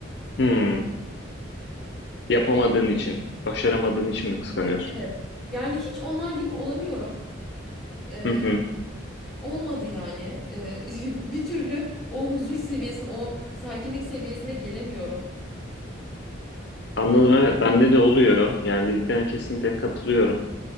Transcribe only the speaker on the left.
hı. Yapamadığın için, başaramadığın için mi kıskanıyorsun?
Hı hı.
Anladım evet bende de oluyor. Yani dediklerine kesinlikle katılıyorum.